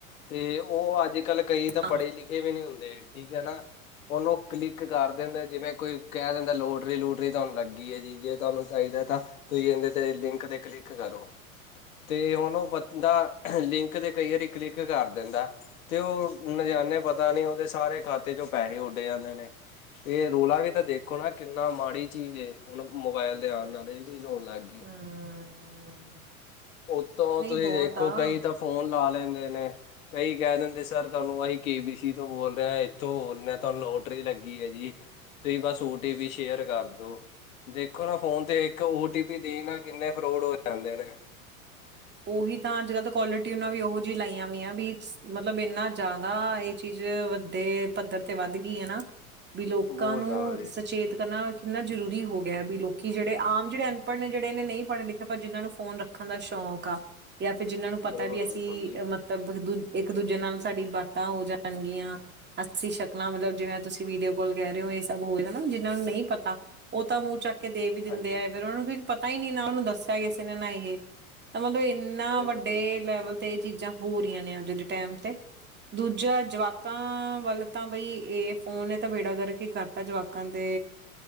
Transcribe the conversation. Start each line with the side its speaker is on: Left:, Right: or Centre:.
Left: ਤੇ ਓ ਅੱਜ ਕੱਲ ਕਈ ਤਾਂ ਪੜ੍ਹੇ
Right: ਹਾਂ
Left: ਲਿਖੇ ਵੀ ਨੀ ਹੁੰਦੇ, ਠੀਕ ਐ ਨਾ ਓਨੂੰ ਕਲਿੱਕ ਕਰ ਦਿੰਦਾ, ਜਿਵੇਂ ਕੋਈ ਕੈ ਦਿੰਦਾ ਲੋਟਰੀ ਲੂਟਰੀ ਤਾਨੂੰ ਲੱਗ ਗੀ ਐ ਜੀ, ਜੇ ਤਾਨੂੰ ਚਾਈਦਾ ਤਾਂ ਤੁਸੀਂ ਏੰਦੇ ਤੇ ਲਿੰਕ ਤੇ ਕਲਿੱਕ ਕਰੋ। ਤੇ ਹੁਣ ਓ ਬੰਦਾ ਲਿੰਕ ਤੇ ਕਈ ਵਾਰੀ ਕਲਿੱਕ ਕਰ ਦਿੰਦਾ। ਤੇ ਓ ਨਜ਼ਾਣੇ ਪਤਾ ਨੀ ਓਦੇ ਸਾਰੇ ਖਾਤੇ ਚੋਂ ਪੈਸੇ ਉੱਡ ਜਾਂਦੇ ਨੇ, ਏ ਰੌਲਾ ਵੀ ਤਾਂ ਦੇਖੋ ਨਾ ਕਿੰਨਾ ਮਾੜੀ ਚੀਜ਼ ਏ। ਹੁਣ ਮੋਬਾਇਲ ਦੇ ਆਣ ਨਾਲ ਏ ਚੀਜ਼ ਹੋਣ ਲੱਗ ਗੀ।
Right: ਹਮ
Left: ਓਤੋਂ
Right: ਨਹੀਂ
Left: ਤੁਸੀ
Right: ਬਹੁਤ
Left: ਦੇਖੋ
Right: ਆ
Left: ਕਈ ਤਾਂ ਫੋਨ ਲਾ ਲੈਂਦੇ ਨੇ। ਕਈ ਕੈ ਦਿੰਦੇ ਸਰ ਤਾਨੂੰ ਅਹੀਂ ਕੇ ਬੀ ਸੀ ਤੋਂ ਬੋਲ ਰਏ ਆਂ, ਏਥੋਂ ਬੋਲਦੇ ਆਂ ਤਾਨੂੰ ਲੋਟਰੀ ਲੱਗੀ ਐ ਜੀ। ਤੁਸੀਂ ਬਸ ਓ ਟੀ ਪੀ ਸ਼ੇਅਰ ਕਰਦੋ। ਦੇਖੋ ਨਾ ਫੋਨ ਤੇ ਇੱਕ ਓ ਟੀ ਪੀ ਦੇ ਨਾਲ ਕਿੰਨੇ ਫਰੋਡ ਹੋ ਜਾਂਦੇ ਨੇ।
Right: ਓਹੀ ਤਾਂ ਅੱਜ ਕੱਲ੍ਹ ਤਾਂ ਕੋਲਰ ਟਿਊਨਾ ਵੀ ਓਹੋ ਜੀਆਂ ਲਾਈਆਂ ਵੀਆਂ ਵੀ ਮਤਲਬ ਏਨਾ ਜ਼ਾਦਾ ਏ ਚੀਜ਼ ਵੱਡੇ ਪੱਧਰ ਤੇ ਵੱਧ ਗੀ ਏ ਨਾ। ਵੀ ਲੋਕਾਂ
Left: ਬਹੁਤ
Right: ਨੂੰ
Left: ਜ਼ਿਆਦਾ ਜੀ
Right: ਸਚੇਤ ਕਰਨਾ ਕਿੰਨਾ ਜ਼ਰੂਰੀ ਹੋ ਗਿਆ ਵੀ ਲੋਕੀ ਜੇੜੇ ਆਮ ਜੇੜੇ ਅਨਪੜ੍ਹ ਜੜੇ ਏਨੇ ਨਈ ਪੜ੍ਹੇ ਲਿਖੇ, ਪਰ ਜਿਨ੍ਹਾਂ ਨੂੰ ਫੋਨ ਰੱਖਣ ਦਾ ਸ਼ੌਕ ਕਾ ਜਾਂ ਫੇਰ ਜਿੰਨਾਂ ਨੂੰ ਪਤਾ
Left: ਬਿਲਕੁਲ
Right: ਵੀ ਅਸੀਂ
Left: ਬਿਲਕੁਲ ਜੀ
Right: ਮਤ ਮਤਬ ਦੂ ਇੱਕ ਦੂਜੇ ਨਾਲ ਸਾਡੀ ਬਾਤਾਂ ਹੋ ਜਾਣਗੀਆਂ। ਅਸੀਂ ਸ਼ਕਲਾਂ ਮਤਲਬ ਜਿਵੇਂ ਤੁਸੀਂ ਵੀਡੀਓ ਕਾਲ ਕੈ ਰੇ ਓ ਏ ਸਭ ਹੋਏ ਨਾ, ਜਿੰਨਾਂ ਨੂੰ ਨਈ ਪਤਾ ਓ ਤਾਂ ਮੂੰਹ ਚੱਕ ਕੇ ਦੇ ਵੀ ਦਿੰਦੇ
Left: ਹਾਂਜੀ
Right: ਐ, ਫੇਰ ਓਨਾ ਨੂੰ ਪਤਾ ਈ ਨੀ ਨਾ ਓਨੂੰ ਦੱਸਿਆ ਕਿਸੇ ਨੇ। ਨਾ ਇਹ ਤਾਂ ਮਲਬ ਏਨਾ
Left: ਬਿਲਕੁਲ
Right: ਵੱਡੇ
Left: ਬਿਲਕੁਲ
Right: ਲੈਵਲ ਤੇ ਏ ਚੀਜ਼ਾਂ ਹੋ ਰੀਆਂ ਨੇ ਅੱਜ ਦੇ ਟੈਮ ਤੇ। ਦੂਜਾ ਜਵਾਕਾਂ ਵੱਲ ਤਾਂ ਬਈ ਏ ਫੋਨ ਨੇ ਤਾਂ ਬੇੜਾ ਗਰਕ ਈ ਕਰ ਤਾਂ ਜਵਾਕਾਂ ਦੇ